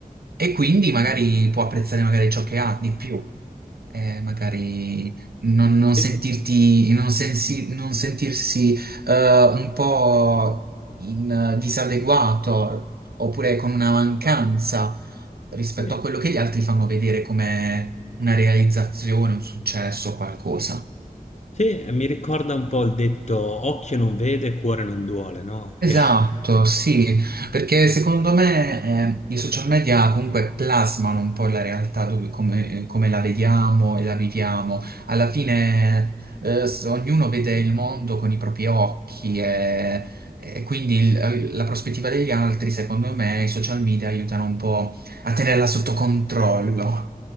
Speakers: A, on the right; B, on the left.
A: e quindi magari può apprezzare magari ciò che ha di più eh, magari non, non
B: Sì,
A: sentirti, non, sensi- non sentirsi eh, un po' in, eh, disadeguato oppure con una mancanza rispetto
B: sì,
A: a quello che gli altri fanno vedere come una realizzazione, un successo, qualcosa.
B: sì, eh, mi ricorda un po' il detto occhio non vede, cuore non duole, no? <laughs>
A: Esatto,
B: Io-
A: sì, perché secondo me eh, i social media comunque plasmano un po' la realtà dove- come, come la vediamo e la viviamo. Alla fine eh, s- ognuno vede il mondo con i propri occhi e, e quindi il- eh, la prospettiva degli altri, secondo me, i social media aiutano un po' a tenerla sotto controllo.